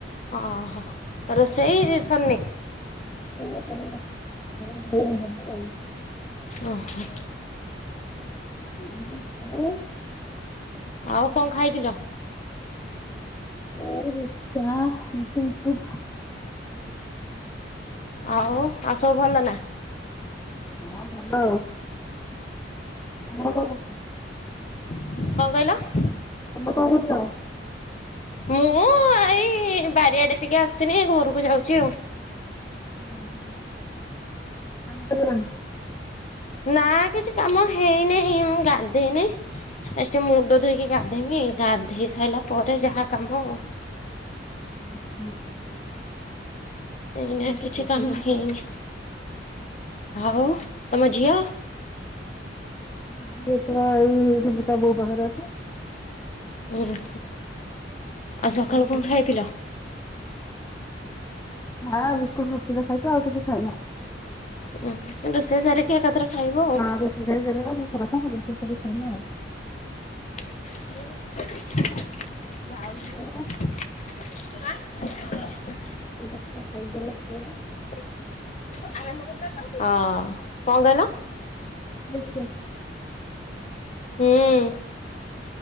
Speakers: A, on the left; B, on the left.
A: ଓହୋ, ରୋଷେଇ ରେ ସରିନି?
B: <unintelligible> ହବ ଆଉ।
A: ଓହୋ।
B: <inaudible> ତୋମେ
A: ଆଉ କଣ ଖାଇଥିଲ?
B: <unintelligible> ବି-ଚାହା ରୁଟି ବିସ୍କୁଟ୍।
A: ଆଉ ଆଉ ସବୁ ଭଲ ନା?
B: ହଁ ଭଲ, ତୋମର କଣ କରୁଛ?
A: କଣ କହିଲ?
B: ତୋମେ କଣ କରୁଛ?
A: ମୁଁ ଏଇ ବାରିଆଡେ ଟିକେ ଆସିଥିନି ଘରକୁ ଯାଉଚି ଆଉ।
B: ଓ ହଁ କାମ ସରିଗଲାଣି ନା?
A: ନା କିଛି କାମ ହେଇନି। ମୁଁ ଗାଧେଇନି ଆ ଟିକେ ମୁଣ୍ଡ ଧୋଇକି ଗା ଧେଇମି, ଗାଧୋଇ ସାଇଲା ପରେ ଯାହା କାମ।
B: ଅଁ, ହଁ।
A: ଏଇନା କିଛି
B: କହିଲି ରୋଷେଇ
A: କାମ
B: କରିବା।
A: ହେଇନି। ଆଉ ତମ ଝିଅ
B: <inaudible> ପୁଅ ପରା ଏଇ ଡୁଗୁ ତା ବୋଉ ପାଖରେ ଅଛି।
A: ଆଚ୍ଛା,
B: ବିସ୍କୁଟ
A: ଆଉ ସଖାଳୁ କଣ ଖାଇଥିଲ?
B: ଚା ବିସ୍କୁଟ ରୁଟି ତ ଖାଇଛି ଆଉ କିଛି ଖାଇନି।
A: ଓ ହୋ ରୋଷେଇ ସାରିକି ଏକାଥରେ ଖାଇବ ଆଉ।
B: ହଁ ରୋଷେଇ ସାରିକି <unintelligible> ସେ ସବୁ ସଇଲା।
A: <inaudible> ଭାଉଜ
B: ଆଉ।
A: <inaudible>
B: ବାପା ଖାଇଗଲେ ସେଉଠୁ
A: ହଁ କଣ କହିଲ?
B: <unintelligible> <unintelligible> ବନ୍ଧୁ
A: ହୁଁ